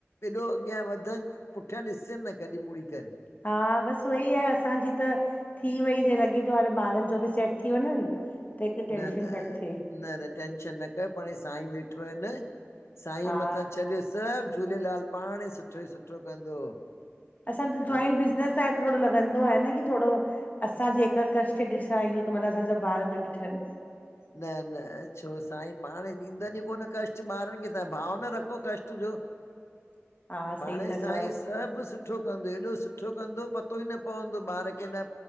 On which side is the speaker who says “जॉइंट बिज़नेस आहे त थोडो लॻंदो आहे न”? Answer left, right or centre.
Left